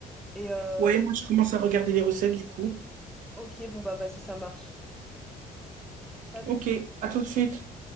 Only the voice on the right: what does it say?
Ouais, moi, je commence à regarder les recettes, du coup.
Ok, à tout de suite.